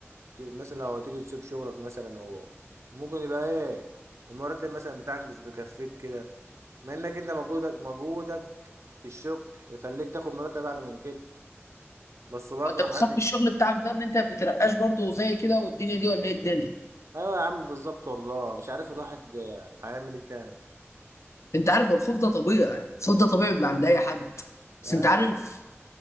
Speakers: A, on the right; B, on the left.
A: ت- مثلا لو تيجي تسيب شغلك مثلا و- ممكن يبقى ايه المرتب مثلا بتاعك مش بيكفيك كده مع انك انت مجهودك مجهودك في الشغل يخليك تاخد مرتب اعلى من كده بس برضه
B: انت
A: محدش
B: بتخاف من الشغل بتاعك ده ان انت ما بتترقاش برضه زي كده والدنيا دي ولا ايه الدنيا
A: ايوه يا عم بالظبط والله مش عارف الواحد آه، هيعمل ايه تاني
B: انت عارف الخوف ده طبيعي الخوف ده طبيعي بيبقى عند اي حد بس
A: أيوة.
B: انت عارف